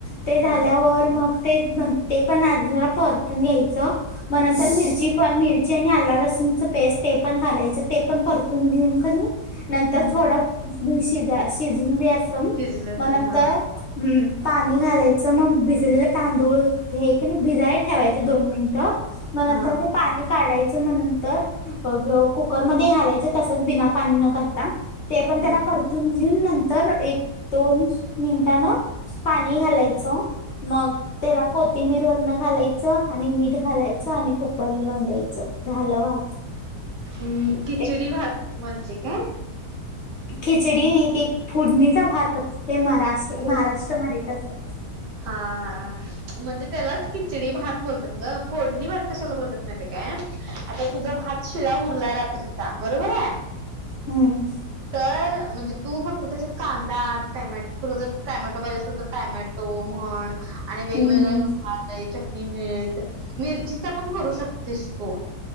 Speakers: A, on the left (about 55°); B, on the right (about 75°).
A: ते
B: हा
A: झाल्यावर मग तेच नं ते पण अजमेरा परतून घ्यायचं म नंतर
B: हम्म
A: मिरची पण मिरची आणि आला लसूणचा पेस ते पण घालायच ते पण परतून घेऊन क नी नंतर
B: हम्म
A: थोडा भू शिजा शिजून द्या सम
B: शिजलं
A: म
B: की
A: नंतर
B: हा
A: हम्म पाणी घालायचं म भिजलेला तांदूळ हे की नी आणि भिजायला ठेवायचं दोन मिंट म नंतर
B: हा
A: ते पाणी काढायचं म नंतर अ ब कुकरमध्ये घालायचं तसचं बिना पाणी नका ताम ते पण
B: हम्म
A: जरा परतून घेऊन नंतर एक दोन्स मींटान पाणी घालायचं मग तेला कोथिंबीर वरनं घालायचं आणि मीठ घालायचं आणि कुकरला लावून द्यायचं झालं भात.
B: उम खिचडी
A: ते
B: भात म्हणजे काय?
A: खिचडी नाही ते फोडणीचा भातच ते महाराष्
B: हो
A: महाराष्ट्रमध्ये तसं
B: हा हा म्हणजे त्यालाच खिचडी भात बोलतात. अगं फोडणी भात कशाला बोलतात माहिती काय आता तुझा भात शिळा उरला रात्री चा बरोबर हाय.
A: हम्म.
B: तर म्हणजे तू फक्त त्याच्यात कांदा टमॅ जर तुला जर टमॅटो पाहिजे असेल तर टमॅ टो म्हण आणि वेगवेगळे
A: हम्म
B: मसाले हेच्यात नी मिठ मिरचीचा पण करू शकतेस तू.